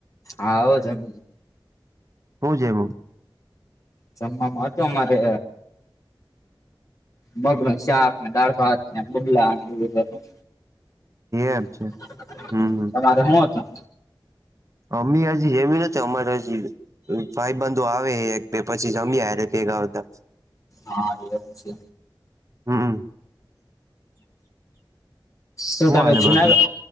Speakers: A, on the left; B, on the right.
A: હા આવ જમ
B: હું જમ્યું,
A: જમામાં હતું અમારે મગનો શાક ને દાળ ભાત બગલા એવું બધું હતું.
B: એમ
A: <inaudible>
B: છે હમ
A: તમારે હું હતું?
B: અમી હજી જમ્યુ નથી અમારા હજી ભાઈબંધુ આવે એક પછી જમીએ હારે ભેગા આવતા
A: હા એવું છે
B: હમ
A: શું
B: હું
A: તમે
B: હાલે
A: જુનાગઢ
B: બાકી